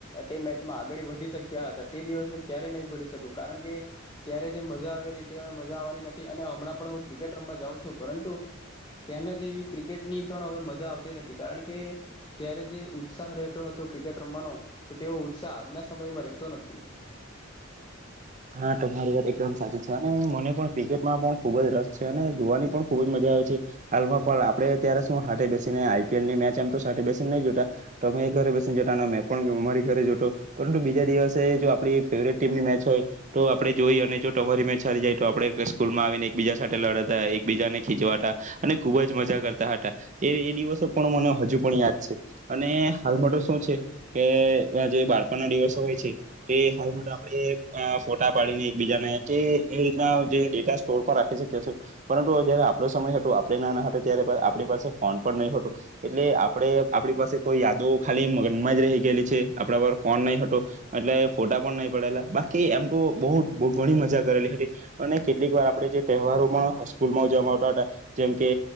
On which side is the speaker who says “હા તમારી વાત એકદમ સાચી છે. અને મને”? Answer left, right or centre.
Right